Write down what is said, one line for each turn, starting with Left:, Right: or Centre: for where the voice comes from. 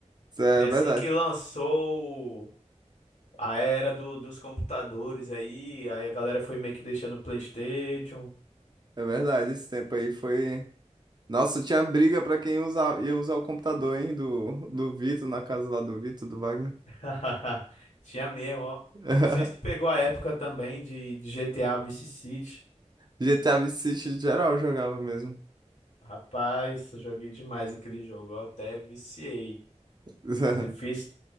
Right: Isso é
Left: Foi
Right: verdade.
Left: assim que lançou a era do- dos computadores aí, aí a galera foi meio que deixando o PlayStation.
Right: É verdade, esse tempo aí foi. Nossa, tinha briga pra quem usar, ia usar o computador, hein, do, do Vitor, na casa lá do Vitor, do Wagner.
Left: <laughs> Tinha mesmo, ó.
Right: <laughs>
Left: Não sei se tu pegou a época também de, de GTA Vice City.
Right: GTA Vice City geral jogava mesmo.
Left: Rapaz, eu joguei demais aquele jogo, eu até viciei.
Right: <laughs>
Left: Fiz,